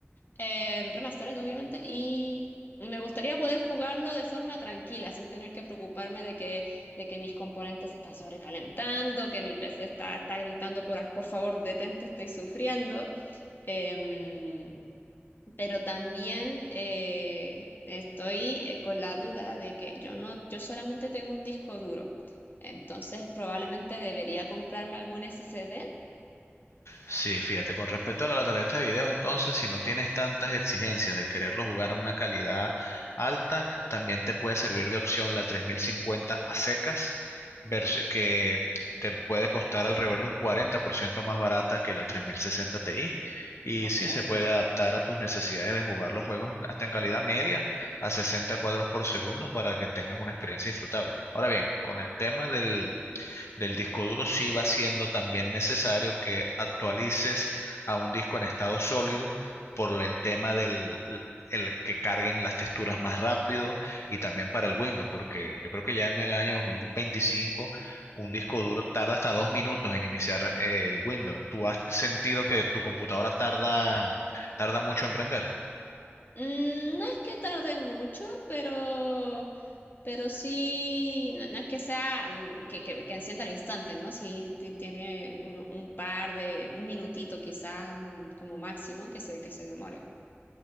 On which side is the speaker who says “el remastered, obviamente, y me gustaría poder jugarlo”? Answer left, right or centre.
Left